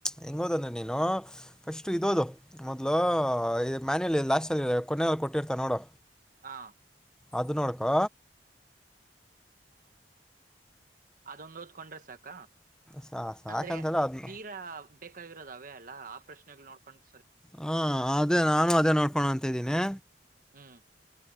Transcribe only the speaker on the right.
ಹಾ
ಅದೊಂದು ಓದಕೊಂಡ್ರೆ ಸಾಕ
ಅಂದ್ರೆ
ತೀರಾ ಬೇಕಾಗಿರೋದೇ ಅವೇ ಅಲ್ಲ ಆ ಪ್ರಶ್ನೆಗಳು ನೋಡ್ಕೊಂಡು
ಹ್ಮ್